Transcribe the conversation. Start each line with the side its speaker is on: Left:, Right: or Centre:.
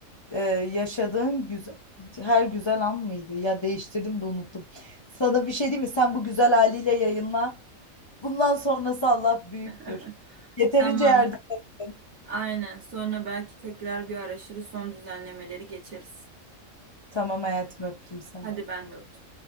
Left: e, yaşadığın güzel her güzel an mıydı? Ya değiştirdim de unuttum. Sana bir şey diyeyim mi? Sen bu güzel haliyle yayınla. Bundan sonrası Allah büyüktür.
Right: <laughs>
Left: Yeterince
Right: Tamam.
Left: yardım ettim.
Right: Aynen. Sonra belki tekrar bir araştırır son düzenlemeleri geçeriz.
Left: Tamam hayatım öptüm seni.
Right: Hadi ben de öptüm.